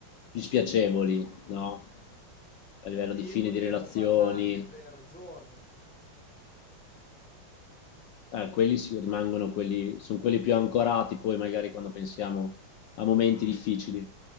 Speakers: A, on the left (about 70°); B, in the centre.
A: più spiacevoli, no? A livello
B: lì
A: di fine
B: potremmo
A: di relazioni,
B: parlarne per giorni,
A: eh, quelli si rimangono quelli, sono quelli più ancorati poi magari quando pensiamo a momenti difficili.